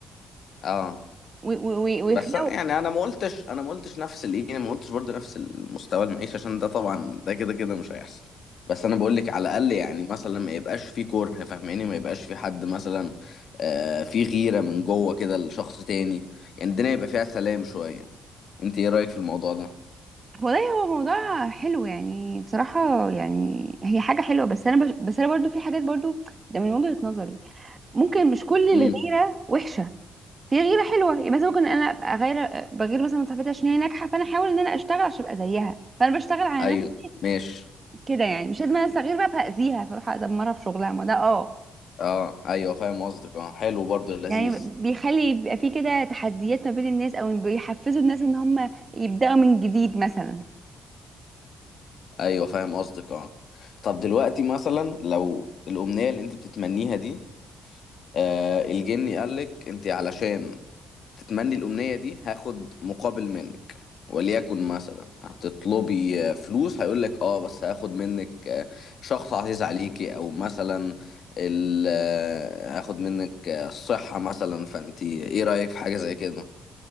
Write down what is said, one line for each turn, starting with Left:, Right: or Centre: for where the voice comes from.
Left: اه
Right: و... و... و- ويخلقوا
Left: بس أنا- يعني انا ما قلتش انا ما قلتش نفس الايه ما قلتش برضه نفس المستوى المعيشة عشان ده طبعا ده كده كده مش هيحصل بس انا بقول لك على الاقل يعني مثلا ما يبقاش في كره فاهماني ما يبقاش في حد مثلا آه في غيرة من جوه كده لشخص تاني يعني الدنيا يبقى فيها سلام شوية انت ايه رأيك في الموضوع
Right: والله هو موضوع حلو يعني بصراحة يعني هي حاجة حلوة بس أنا بش... بس أنا برضو في حاجات برضو ده من وجهة نظري ممكن مش كل الغيرة
Left: ده
Right: وحشة في غيره حلوه يبقى مثلا ممكن انا ابقى غير بغير مثلا من صاحبتي عشان هي ناجحه فانا احاول ان انا اشتغل عشان ابقى زيها فانا بشتغل على
Left: ايوه
Right: نفسي
Left: ماشي
Right: كده يعني مش لازم انا استغير بقى فاذيها فاروح ادمرها في شغلها ما ده اه
Left: اه ايوه فاهم قصدك اه حلو برضه لذيذ
Right: يعني بيخلي يبقى في كده تحديات ما بين الناس او بيحفزوا الناس ان هم يبداوا من جديد مثلا
Left: ايوه فاهم قصدك اه طب دلوقتي مثلا لو الامنيه اللي انت بتتمنيها دي آه الجني قالك انت علشان تتمني الامنيه دي هاخد مقابل منك وليكن مثلا هتطلبي آه، فلوس هيقولك اه بس هاخد منك آه، شخص عزيز عليكي او مثلا ال- آه، هاخد منك آه، الصحه مثلا فانت ايه رايك في حاجه زي كده